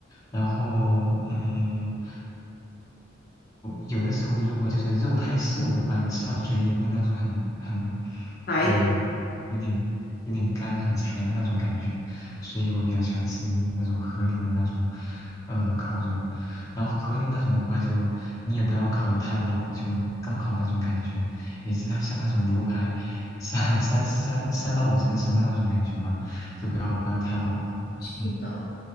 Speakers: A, on the left; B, on the left.
A: 然后，嗯。有的时候如果就是肉太瘦的话，你吃到嘴里会有那种很很，
B: 还
A: 嗯，有点有点干很柴的那种感觉，所以我比较喜欢吃那种和牛的那种，呃，烤肉。然后和牛那种的话就，你也不要烤得太老，就刚好那种感觉，也是像那种牛排三 <laughs> 三三三到五成熟的那种感觉吧，就不要不要太老了。
B: 是的。
A: 嗯